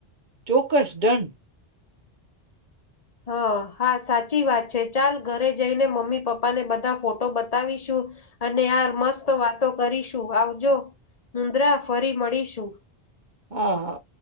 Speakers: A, on the right (about 45°); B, on the left (about 40°).
A: ચોક્કસ ડન.
B: હ હા સાચી વાત છે ચાલ ઘરે જઈને મમ્મી પપ્પાને બધા ફોટો બતાવીશું. અને યાર મસ્ત વાતો કરીશ. તું આવજો મુદ્રા ફરી મળીશું.
A: હા હા.